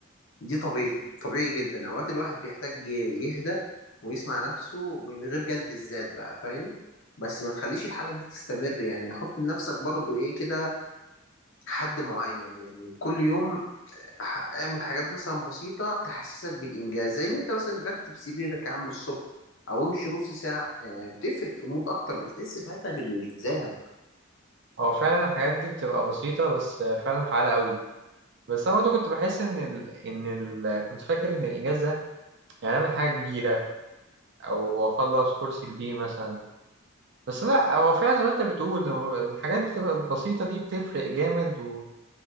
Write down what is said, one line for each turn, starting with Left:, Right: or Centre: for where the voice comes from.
Left: دي طبيعي طبيعي جدا أوقات الواحد بيحتاج يهدى ويسمع نفسه من غير جلد الذات بقى فاهم بس ما تخليش الحالة دي تستمر يعني حط لنفسك برضو إيه كده حد معين يعني كل يوم ح- اعمل حاجات مثلا بسيطة تحسسك بالإنجاز زي إن أنت مثلا رتب سريرك يا عم الصبح أو امشي نص ساعة يعني بتفرق في المود أكتر بتحس ساعتها بالالتزام
Right: هو فعلا الحاجات دي بتبقى بسيطة بس فعلا فعالة قوي بس انا برضه كنت بحس ان ال... ان ال... كنت فاكر ان الاجازه يعني اعمل حاجه كبيره او اخلص كورس كبير مثلا بس لا هو فعلا زي ما انت بتقول هو الحاجات بتبقى البسيطه دي بتفرق جامد و...